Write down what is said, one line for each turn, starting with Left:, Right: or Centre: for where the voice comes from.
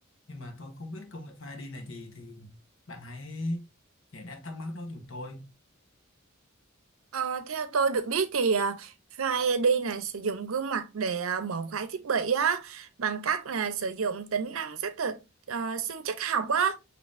Left: nhưng mà tôi không biết công nghệ Face ID là gì thì bạn hãy giải đáp thắc mắc đó giùm tôi
Right: Ờ, theo tôi được biết thì à, Face ID này sử dụng gương mặt để à, mở khóa thiết bị á bằng cách là sử dụng tính năng xác thực ờ, sinh trắc học á